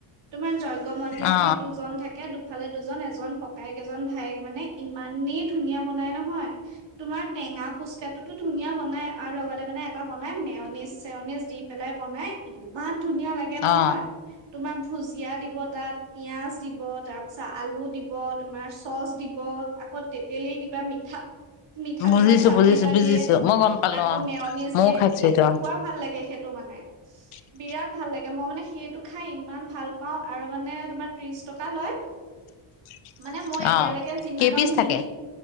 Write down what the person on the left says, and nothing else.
অ
অ অ
বুজিছো
বুজিছো
বুজিছো
মই গম পালো
অ
ময়ও
খাইছো
এইটো অ
<unintelligible>
<inaudible>
অ
কেই পিচ
থাকে